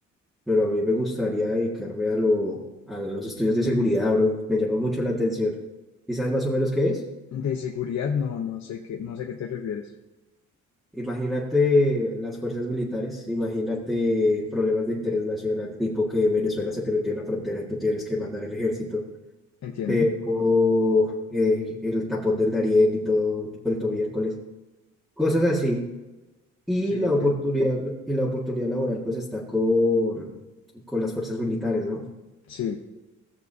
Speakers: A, in the centre; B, on the left.
A: Pero a mí me gustaría dedicarme a, lo, a los estudios de seguridad, bro. Me llama mucho la atención. ¿Y sabes más o menos qué es?
B: De seguridad, no, no sé qué, no sé qué te refieres.
A: Imagínate las fuerzas militares, imagínate problemas de interés nacional, tipo que Venezuela se te metió en la frontera y tú tienes que mandar el ejército,
B: Entiendo.
A: te dejó eh, el tapón del Darién y todo vuelto miércoles, cosas así. Y
B: Sí,
A: la
B: entiendo.
A: oportunidad, y la oportunidad laboral pues está con, con las fuerzas militares, ¿no?
B: Sí,